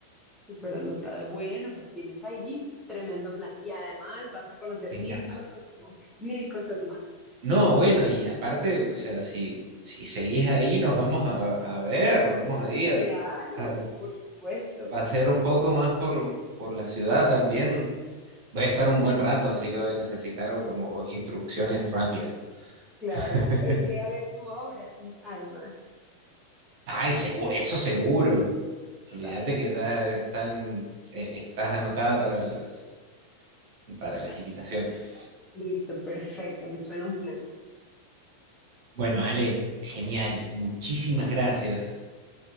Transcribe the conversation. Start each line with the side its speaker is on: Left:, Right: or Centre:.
Centre: súper anotado. Bueno, pues tienes ahí tremendo plan. Y además vas a conocer
Right: Me
Centre: mil
Right: encanta.
Centre: cosas más, mil cosas más.
Right: No, bueno, y aparte, o sea, si, si seguís ahí, nos vamos a, a ver, vamos ahí a,
Centre: Claro,
Right: a
Centre: por supuesto,
Right: pasear un poco más por, por la ciudad también. Voy a estar un buen rato, así que voy a necesitar como instrucciones rápidas.
Centre: claro.
Right: <laughs>
Centre: E iré a ver tu obra, y- además.
Right: Ay, segu- eso seguro. Olvídate
Centre: Claro,
Right: que ya están, eh, estás anotada para las, para las invitaciones.
Centre: listo, perfecto, me suena un plan.
Right: Bueno, Ale, genial. Muchísimas gracias.